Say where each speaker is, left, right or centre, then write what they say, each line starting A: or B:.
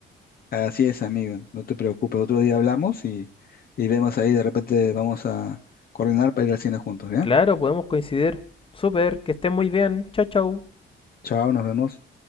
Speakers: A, on the left; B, on the left.
A: Así es, amigo, no te preocupes. Otro día hablamos y, y vemos ahí, de repente vamos a coordinar para ir al cine juntos, ¿ya?
B: Claro, podemos coincidir. Súper, que estén muy bien. Chao, chao.
A: Chao, nos vemos.